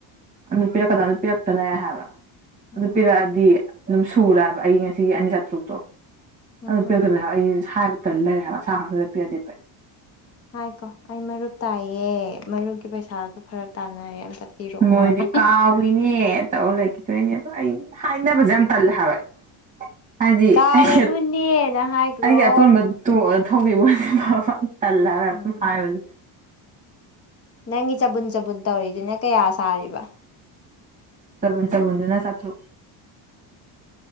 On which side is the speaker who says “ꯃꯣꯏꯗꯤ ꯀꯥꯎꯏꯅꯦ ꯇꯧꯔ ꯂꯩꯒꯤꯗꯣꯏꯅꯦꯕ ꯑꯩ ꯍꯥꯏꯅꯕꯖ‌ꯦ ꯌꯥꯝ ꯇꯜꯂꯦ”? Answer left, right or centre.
Right